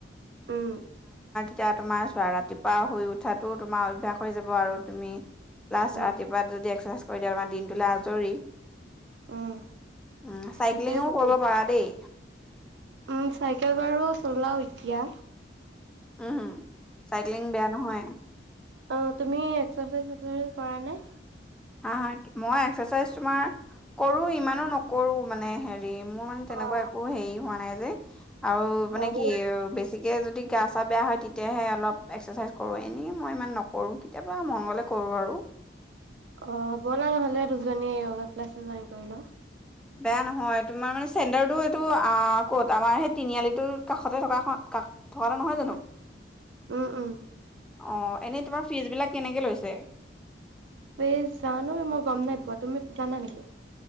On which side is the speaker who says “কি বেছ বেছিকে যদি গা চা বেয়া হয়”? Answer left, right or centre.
Centre